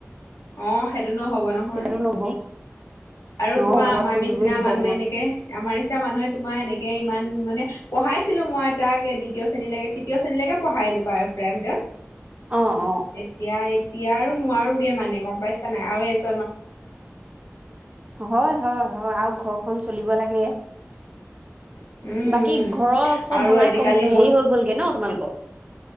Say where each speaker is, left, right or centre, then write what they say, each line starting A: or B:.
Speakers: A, on the left; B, on the right.
A: অ সেত টো নহ'ব নহয়
B: তেতিয়াতো নহব
A: আৰু
B: অ
A: তোমাৰ
B: ঘৰত
A: আমাৰ
B: পঢ়িবই
A: নিচিনা
B: লাগিব
A: মানুহে
B: অকমান
A: এনেকে আমাৰ নিচিনা এতিয়া মানুহে তোমাৰ এনেকে ইমান মানে পঢ়াইছিলো মই তাক দ্বিতীয় শ্ৰেণীলৈকে তৃতীয় শ্ৰেণীলৈকে পঢ়াই দিলো পাৰ ভেটত
B: অ অ
A: এতিয়া এতিয়া আৰু নোৱাৰো <unintelligible> মানে গম পাইছানে নাই আৰু স্কু
B: হয় হয় হয় আৰু ঘৰখন চলিব লাগে গে
A: উম
B: বাকী ঘৰৰ চব
A: আৰু
B: বনাই
A: আজিকালি
B: কম
A: বস্তু
B: হেৰি হৈ গ'লগে ন তোমালোকক